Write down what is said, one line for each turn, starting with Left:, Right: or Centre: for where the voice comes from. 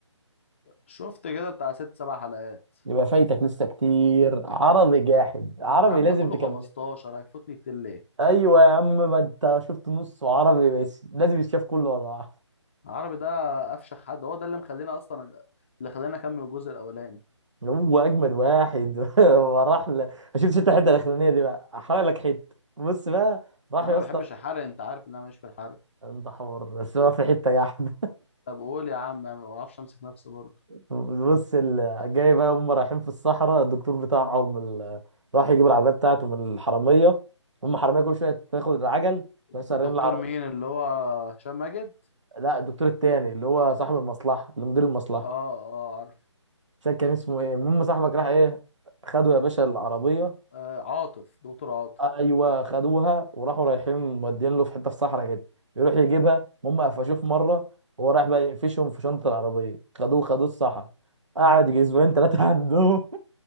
Left: شفت كده بتاع ست سبع حلقات
Right: يبقى فايتك لسه كتير عربي جاحد عربي
Left: يا عم
Right: لازم
Left: ده كله
Right: تكمل
Left: 15 هيفوتني كتير ليه
Right: ايوه يا عم ما انت شفت نص عربي بس لازم يتشاف كله ولا واحد
Left: العربي ده افشخ حد هو ده اللي مخلينا اصلا اللي خلاني اكمل الجزء الاولاني
Right: هو اجمد واحد <laughs> وراح ل... ما شفتش انت الحته الاخرانيه دي بقى احرق لك حته بص بقى راح
Left: يا
Right: يا
Left: عم ما
Right: اسطى
Left: بحبش الحرق انت عارف ان انا مش في الحرق
Right: انت حمار بس هو في حته جاحد
Left: طب قول يا عم أنا ما بعرفش امسك نفسي برضه
Right: بص ال- جاي بقى هم رايحين في الصحراء الدكتور بتاعهم ال- راح يجيب العربيه بتاعته من الحراميه هم حراميه كل شويه تاخد العجل بس سارقين
Left: الدكتور
Right: العربيه
Left: مين اللي هو هشام ماجد
Right: لا الدكتور التاني اللي هو صاحب المصلحه اللي مدير المصلحه
Left: اه اه عارف
Right: مش فاكر كان اسمه ايه المهم صاحبك راح ايه خدوا يا باشا العربيه
Left: آه، عاطف دكتور عاطف
Right: ايوه خدوها وراحوا رايحين مودين له في حته في صحراء كده يروح يجيبها هم قفشوه في مره وهو رايح بقى يقفشهم في شنطه العربيه خدوه خدوه الصحراء قعد يجي اسبوعين ثلاثه عندهم